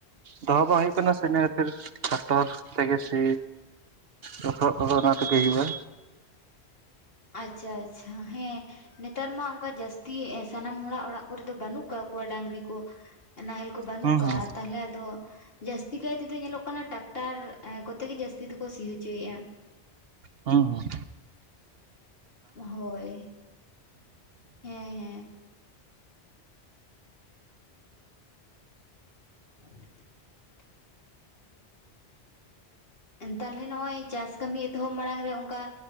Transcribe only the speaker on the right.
ᱫᱚᱦᱚ ᱵᱟᱝ ᱦᱩᱭᱩᱜ ᱠᱟᱱᱟ ᱥᱮ ᱤᱱᱟᱹ ᱠᱷᱟᱹᱛᱤᱨ ᱴᱟᱠᱴᱚᱨ ᱛᱮᱜᱮ ᱥᱤ ᱞᱚᱥᱚᱫ ᱠᱚᱫᱚ ᱚᱱᱟ ᱛᱮᱜᱮ ᱦᱩᱭᱩᱜᱼᱟ
ᱦᱩᱸ
ᱦᱩᱸ
ᱦᱚᱸ ᱦᱚᱸ